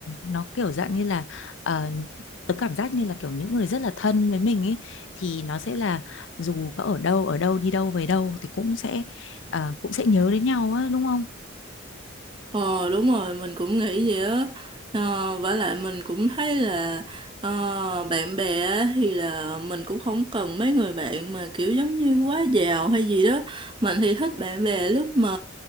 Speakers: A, on the left; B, on the right.
A: nó kiểu dạng như là ờ, tớ cảm giác như là kiểu những người rất là thân với mình ấy thì nó sẽ là dù có ở đâu ở đâu đi đâu về đâu thì cũng sẽ ờ, cũng sẽ nhớ đến nhau á đúng không
B: Ờ đúng rồi mình cũng nghĩ vậy á ờ, vả lại mình cũng thấy là ờ, bạn bè á thì là mình cũng không cần mấy người bạn mà kiểu giống như quá giàu hay gì đó mình thì thích bạn bè lúc mà